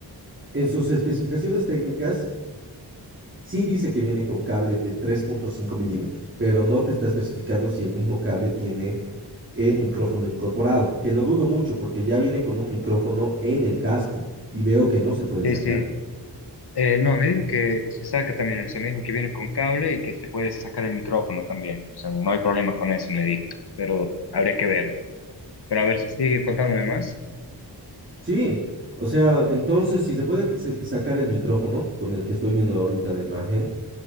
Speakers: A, on the right; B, on the left.
A: En sus especificaciones técnicas Sí dice que viene con cable de 3.5 milímetros, pero no te está especificando si el mismo cable tiene el micrófono incorporado, que lo dudo mucho porque ya viene con un micrófono en el casco y veo que no se puede
B: Sí,
A: sacar.
B: sí. Eh, no, me dijo que se saca también, o sea, me dijo que viene con cable y que se puede sacar el micrófono también. O sea, no hay problema con eso, me dijo, pero habría que verlo. Pero a ver, sigue contándome más.
A: Sí, o sea, entonces si se puede que se- sacar el micrófono con el que estoy viendo ahorita la imagen,